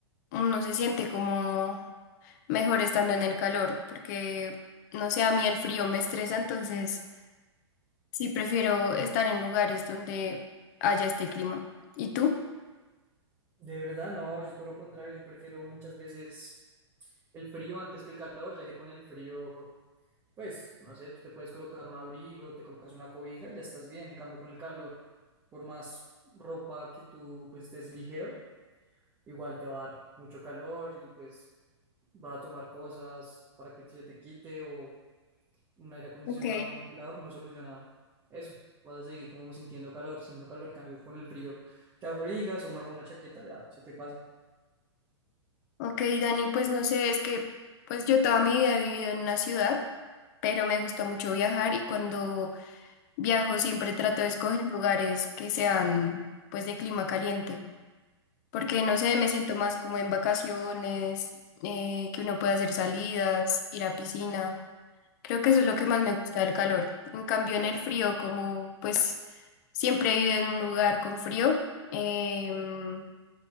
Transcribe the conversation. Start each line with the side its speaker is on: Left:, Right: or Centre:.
Left: uno se siente como mejor estando en el calor, porque no sé, a mí el frío me estresa, entonces sí prefiero estar en lugares donde haya este clima. ¿Y tú?
Right: De verdad, no, yo todo lo contrario, yo prefiero muchas veces el frío antes que el calor, ya que con el frío, pues, no sé, tú te puedes colocar un abrigo, te colocas una cobija y ya estás bien. En cambio, con el calor, por más ropa que tú, pues, estés ligero, Igual te va a dar mucho calor y pues va a tomar cosas para que se te quite o un aire acondicionado,
Left: Ok.
Right: un ventilador, no soluciona eso. Vas a seguir como sintiendo calor, sintiendo calor, en cambio con el frío te abrigas o una buena chaqueta, ya se te pasa.
Left: Ok, Dani, pues no sé, es que pues yo toda mi vida he vivido en una ciudad, pero me gusta mucho viajar y cuando viajo siempre trato de escoger lugares que sean pues de clima caliente, porque no sé, me siento más como en vacaciones, eh, que uno pueda hacer salidas, ir a piscina. Creo que eso es lo que más me gusta del calor. En cambio, en el frío, como pues siempre he vivido en un lugar con frío, em,